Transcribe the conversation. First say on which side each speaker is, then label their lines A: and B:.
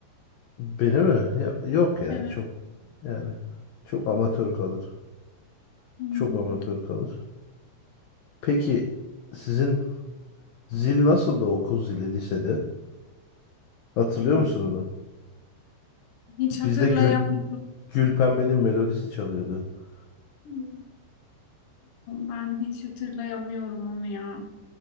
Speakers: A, on the left; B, on the left.
A: beni mi? Ya- yok ya
B: Evet.
A: çok yani çok amatör kalır.
B: Hmm.
A: Çok amatör kalır. Peki sizin zil nasıldı okul zili lisede? Hatırlıyor
B: Hmm.
A: musun onu?
B: Hiç
A: Bizde
B: hatırlayamıyorum.
A: Gül, Gülpembe'nin melodisi çalıyordu. <laughs>
B: Hmm, Ben hiç hatırlayamıyorum onu ya.